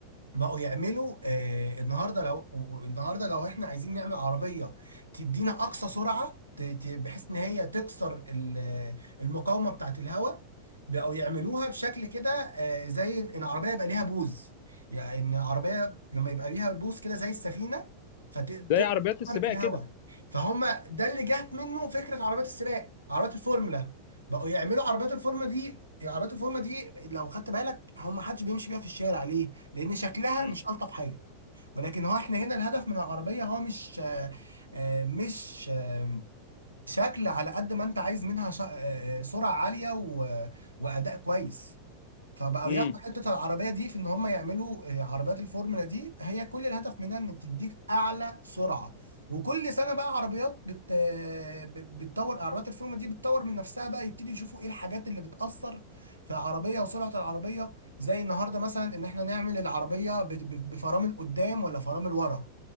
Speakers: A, on the right (about 80°); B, on the left (about 50°).
A: بقوا يعملوا آه النهارده لو و- و- النهارده لو احنا عايزين نعمل عربيه تدينا اقصى سرعه ت- ت- بحيث ان هي تكسر ال- المقاومه بتاعه الهواء بقوا يعملوها بشكل كده آه زي ان العربيه يبقى ليها بوز يعني ان العربيه لما يبقى ليها بوز كده زي السفينه فتقدر
B: زي عربيات
A: تخترق
B: السباق
A: الهواء
B: كده
A: فهم ده اللي جات منه فكره عربيات السباق عربيات الفورمولا بقوا يعملوا عربيات الفورمولا دي عربيات الفورمولا دي لو خدت بالك هم محدش بيمشي بيها في الشارع لان شكلها
B: امم
A: مش الطف حاجه ولكن هو احنا هنا الهدف من العربيه هو مش آه، آه، مش آه، شكل على قد ما انت عايز منها شا- آه، آه، سرعه عاليه و- واداء كويس فبقوا
B: امم
A: ياخدوا حتة العربية دي في ان هم يعملوا آه، عربيات الفورمولا دي هي كل الهدف منها ان تديك اعلى سرعة وكل سنة بقى عربيات بت... آه، ب- بتطور عربيات الفورمولا دي بتطور من نفسها بقى يبتدي يشوفوا ايه الحاجات اللي بتأثر في العربية وسرعة العربية زي النهاردة مثلا ان احنا نعمل العربية بت- ب- بفرامل قدام ولا فرامل ورا